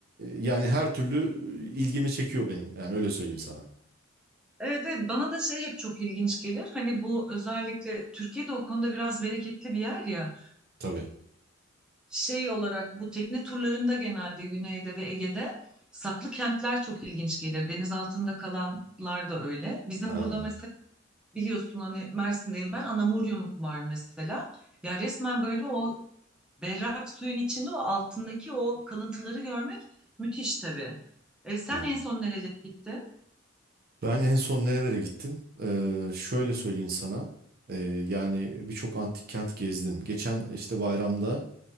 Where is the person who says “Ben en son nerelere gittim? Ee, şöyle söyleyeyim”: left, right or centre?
Right